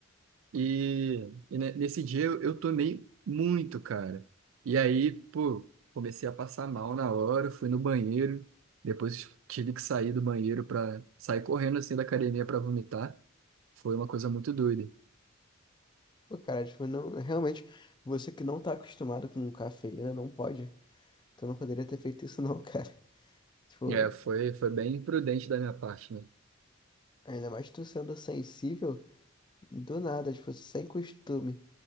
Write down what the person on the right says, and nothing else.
e, e ne- nesse dia eu, eu tomei muito, cara. E aí, pô, comecei a passar mal na hora, fui no banheiro, depois tive que sair do banheiro para sair correndo assim da academia para vomitar. Foi uma coisa muito doida.
É, foi, foi bem imprudente da minha parte, né?